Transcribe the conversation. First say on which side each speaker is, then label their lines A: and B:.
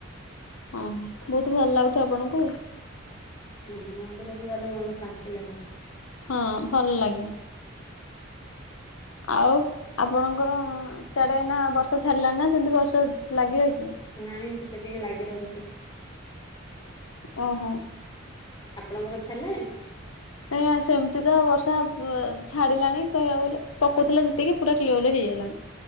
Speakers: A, on the left (about 80°); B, on the left (about 20°).
A: ହଁ ହ ବହୁତ ଭଲ ଲାଗୁଥିବ ଆପଣଙ୍କୁ?
B: ହୁଁ ମନ୍ଦିରକୁ ଗଲେ ମନ ଶାନ୍ତି ଲାଗେ।
A: ହଁ ଭଲ ଲାଗେ। ଆଉ ଆପଣଙ୍କର ସିଆଡେ ନା ବର୍ଷା ଛାଡିଲାଣି ନା ସେମିତି ବର୍ଷା ଲାଗି ରହିଛି?
B: ନାଇଁ ଟିକେ ଟିକେ ଲାଗି ରହିଛି।
A: ଓହୋ।
B: ଆପଣଙ୍କର ଛାଲାଣି?
A: ନ ସେମିତି ତ ବର୍ଷା ଛାଡିଲାଣି କହିବାକୁ ଗଲେ, ପକଉଥିଲା ଯେତିକି ପୁରା କ୍ଲିୟରରେ ହେଇ ଲାଣି